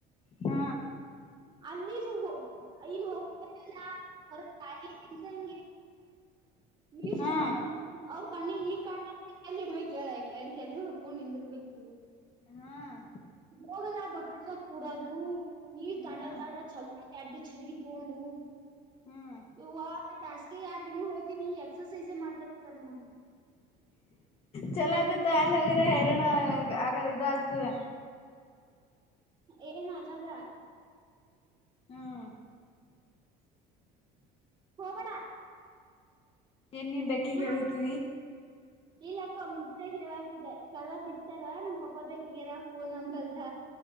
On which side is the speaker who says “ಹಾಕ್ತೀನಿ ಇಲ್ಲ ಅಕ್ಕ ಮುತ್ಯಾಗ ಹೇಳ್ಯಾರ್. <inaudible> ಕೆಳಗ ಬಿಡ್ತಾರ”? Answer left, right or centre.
Right